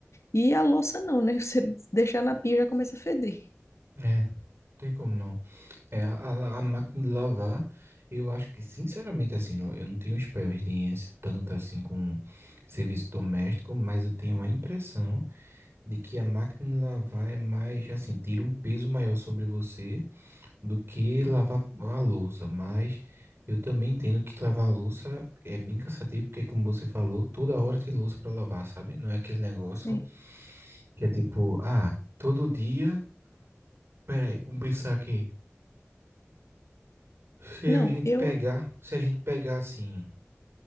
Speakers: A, on the left; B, on the right.
A: E a louça não, né? <laughs> Você deixar na pia já começa a feder.
B: É, não tem como não. É, a, a- a máquina de lavar, eu acho que, sinceramente, assim, eu eu não tenho experiência tanta assim com serviço doméstico, mas eu tenho a impressão de que a máquina de lavar é mais, assim, tira um peso maior sobre você do que lavar a louça, mas eu também entendo que lavar a louça é bem cansativo, porque como você falou, toda hora tem louça para lavar, sabe? Não é aquele negócio
A: Sim.
B: que é tipo, ah, todo dia, peraí, vamos pensar aqui. Se
A: Não,
B: a gente
A: eu.
B: pegar, se a gente pegar assim,